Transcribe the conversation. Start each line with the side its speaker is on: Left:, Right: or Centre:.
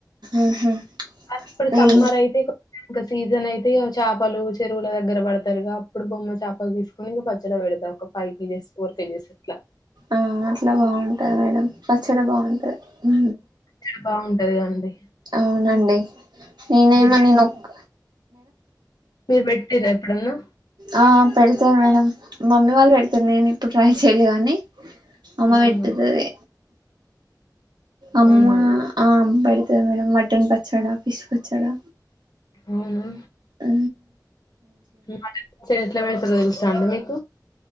Right: ఉహు
Left: అది ఇప్పుడు
Right: వీళ్ళు
Left: సమ్మర్ అయితే ఇగ ఇక సీజన్ అయితే చాపలు చెరువుల దగ్గర పడతారుగా అప్పుడు బొమ్మ చేపలు తీసుకుని ఇంక పచ్చడి పెడతాం ఒక ఫైవ్ కేజెస్, ఫోర్ కేజెస్ ఇట్లా
Right: ఆ అట్ల బాగుంటది మేడం పచ్చడి బాగుంటది ఉ
Left: చాలా బాగుంటది కదండీ
Right: అవునండి నేనేమ
Left: మీరు
Right: నేను ఒక
Left: మీరు పెట్టిర ఎప్పుడన్నా
Right: ఆ పెడతా మేడం మమ్మీ వాళ్ళు పెడతారు నేను ఎప్పుడు ట్రై చేయలే కానీ అమ్మ
Left: అవునా!
Right: పెట్టుతది అమ్మ
Left: అవునా అండి.
Right: ఆ అమ్ పెడుతది మేడం మటన్ పచ్చడా ఫిష్ పచ్చడా
Left: అవునా
Right: ఊ
Left: మటన్ పచ్చడి ఎట్ల పెడతారో తెలుసా అండి మీకు